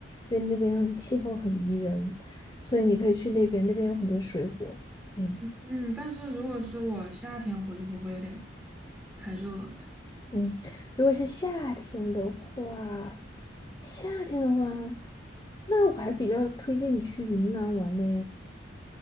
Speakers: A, on the left; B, in the centre.
A: 因为那边气候很宜人，所以你可以去那边，那边有很多水果。嗯
B: 嗯，但是如果是我夏天回去，会不会有点太热了？
A: 嗯，如果是夏天的话，夏天的话，那我还比较推荐你去云南玩呢。